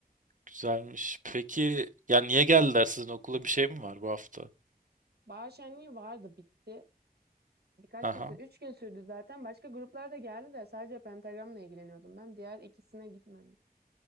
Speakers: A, on the right (about 55°); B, on the right (about 85°).
A: güzelmiş. Peki ya niye geldiler sizin okula bir şey mi var bu hafta?
B: Bahar şenliği vardı bitti. Birkaç
A: Aha.
B: gün sürdü. Üç gün sürdü zaten. Başka gruplar da geldi de sadece Pentagram'la ilgileniyordum ben. Diğer ikisine gitmedim.